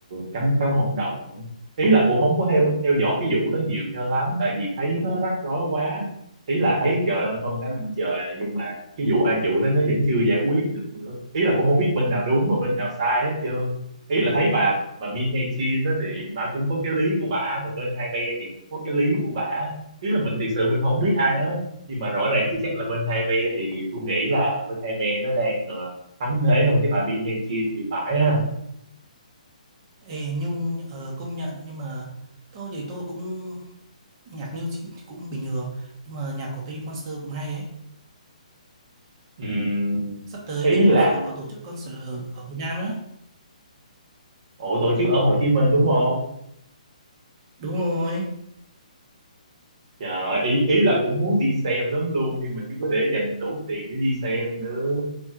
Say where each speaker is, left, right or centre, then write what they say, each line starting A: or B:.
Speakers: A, on the right; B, on the right.
A: cấm cấm hợp đồng á. ý là cũng không có theo theo dõi cái vụ đó nhiều cho lắm tại vì thấy nó rắc rối quá ý là thấy trời ơi hơn cả năm trời rồi, nhưng mà cái vụ ai vụ đó nó vẫn chưa giải quyết được nữa ý là cũng không biết bên nào đúng mà bên nào sai hết trơn ý là thấy bà bà Min Hee Jin đó thì bà cũng có cái lý của bà mà bên hai be thì cũng có cái lý của bà ý là mình thực sự mình không biết ai hết nhưng mà rõ ràng thì chắc là bên hai be thì tôi nghĩ là bên hai be nó đang ờ, thắng thế hơn cái bà Min Hee Jin thì phải ha
B: Ê, nhưng ờ, công nhận nhưng mà tôi thì tôi cũng nhạc New Jeans thì cũng bình thường nhưng mà nhạc của Baby Monster cũng hay ấy.
A: Ừm,
B: Sắp tới
A: ý
B: Baby
A: là
B: Monster có tổ chức concert ở, ở Việt Nam đó.
A: ủa tổ chức ở Hồ Chí Minh đúng không?
B: Đúng rồi.
A: Trời, ý ý là cũng muốn đi xem lắm luôn nhưng mà chưa có để dành đủ tiền để đi xem nữa.